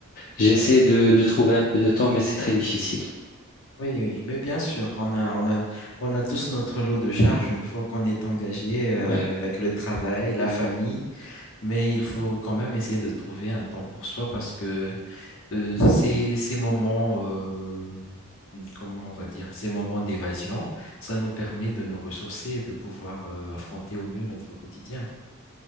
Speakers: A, on the left; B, on the left.
A: J'essaie
B: Ouais.
A: de, de trouver un peu de temps, mais c'est très difficile.
B: Oui, oui. Mais bien sûr, on a, on a, on a tous notre lot de charges une fois qu'on est engagé euh,
A: Ouais.
B: avec le travail, la famille. Mais il faut quand même essayer de trouver un temps pour soi parce que euh, ces, ces moments, euh, comment on va dire, ces moments d'évasion, ça nous permet de nous ressourcer et de pouvoir euh, affronter au mieux notre quotidien.